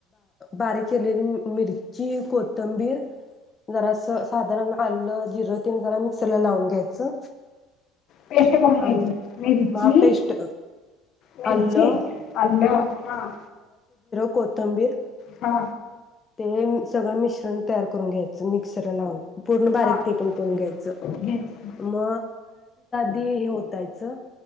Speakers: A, on the left (about 20°); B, on the left (about 50°).
A: बारीक केलेली मिरची कोथंबीर जरा अस साधारण आलं जिरं तेन जरा मिक्सरला लावून घ्यायचं
B: पेस्ट कोणची
A: आणि
B: मिरची
A: महा पेस्ट
B: मिरची
A: आलं
B: आल् हा
A: कोतंबीर
B: हा
A: ते सगळं मिश्रण तयार करून घ्याच. ् पूर्ण बक
B: हा
A: पण कर घ्याय
B: घ्यायचं
A: म क हे होतायचं